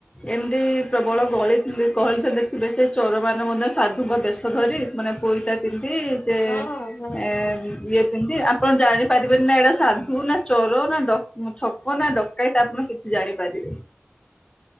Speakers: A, on the left; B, on the left.
A: ଏମିତି ପ୍ରବଳ ଗଳି କହଳି ଦେଖିବେ ସେ ଚୋର ମାନେ ମଧ୍ୟ ଧୁଙ୍କ ବେଶ ଧରି ମାନେ ପୋଇଟ ପିନ୍ଧି ସେ
B: ହଁ ହଁ ହଁ
A: ଏଁ
B: ହୁଁ
A: ଇଏ କେମିତି ଆପଣ ଜାଣିପାରିବେନି ନା ଏଇଟା ସାଧୁ ନା ଚୋର ନା ଡ ଠକ ନା ଡକାଏତ୍ ଆପଣ କିଛି ଜାଣିପାରିବେ।